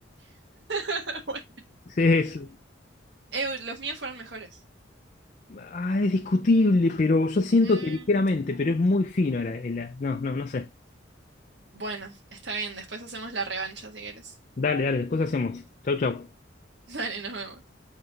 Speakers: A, on the right; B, on the left.
A: <laughs> Bueno.
B: Sí, sí.
A: Eh, los míos fueron mejores.
B: Ah, es discutible, pero yo siento
A: Mm,
B: que ligeramente, pero es muy fino la, la- No, no, no sé.
A: bueno, está bien. Después hacemos la revancha si quieres.
B: Dale, dale, después hacemos. Chau, chau.
A: <laughs> Dale, nos vemos.